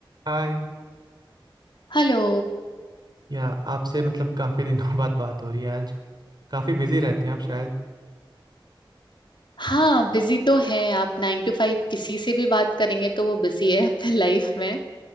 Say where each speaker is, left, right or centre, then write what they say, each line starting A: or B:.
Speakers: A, on the right; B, on the left.
A: हाय
B: Hello
A: या आपसे मतलब काफ़ी दिनों <laughs> बाद बात हो रही है आज काफ़ी बिजी रहती हैं आप शायद
B: हाँ busy तो है आप नाइन टू फाइव किसी से भी बात करेंगे तो वो बिजी है <laughs> अपने लाइफ में